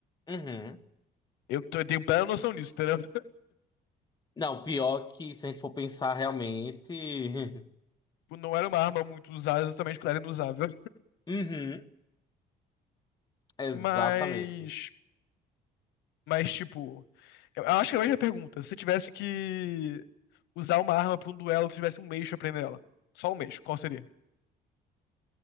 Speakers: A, on the left (about 25°); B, on the left (about 90°).
A: Uhum.
B: Eu, t- eu tenho plena noção disso, entendeu? <laughs>
A: Não, pior que se a gente for pensar realmente. <laughs>
B: Tipo, Não era uma arma muito usada, exatamente porque ela era inusável.
A: Uhum, exatamente.
B: Mas. Mas, tipo. Eu eu acho que é a mesma pergunta. Se você tivesse que usar uma arma pra um duelo, se tivesse um mês pra aprender ela. Só um mês, qual seria?